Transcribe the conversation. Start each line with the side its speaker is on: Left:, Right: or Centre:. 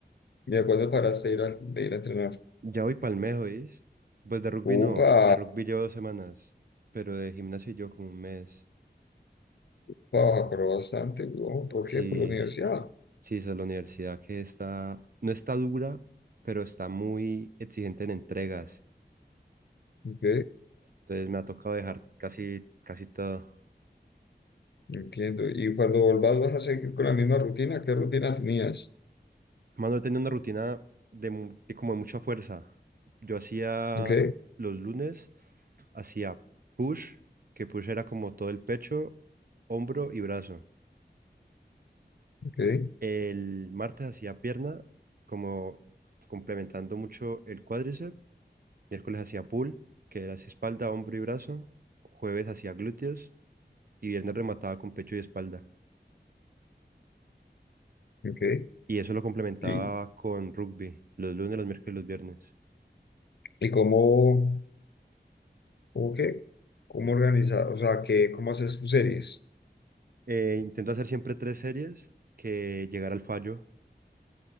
Left: ¿Y de cuándo paraste de ir, al- de ir a entrenar?
Right: Ya voy palmejo, ¿oís? Pues de rugby
Left: Upa,
Right: no, de rugby llevo dos semanas, pero de gimnasio yo como un mes.
Left: pa, pero bastante, weón. ¿Por
Right: Sí.
Left: qué? Por la universidad.
Right: Sí, esa es la universidad que está, no está dura, pero está muy exigente en entregas.
Left: Ok,
Right: Entonces me ha tocado dejar casi, casi todo.
Left: entiendo. ¿Y cuando volvás vas a seguir con la misma rutina? ¿Qué rutina tenías?
Right: Mano, he tenido una rutina de, mu- de como de mucha fuerza. Yo hacía
Left: Ok,
Right: los lunes, hacía push, que push era como todo el pecho, hombro y brazo.
Left: ok,
Right: El martes hacía pierna, como complementando mucho el cuádriceps. Miércoles hacía pull, que era así espalda, hombro y brazo. Jueves hacía glúteos y viernes remataba con pecho y espalda.
Left: ok.
Right: Y eso lo complementaba
Left: ¿Y,
Right: con rugby, los lunes, los miércoles y los viernes.
Left: y cómo? ¿Cómo que? ¿Cómo organizar? O sea, que ¿cómo haces tus series?
Right: Eh, intento hacer siempre tres series que llegar al fallo,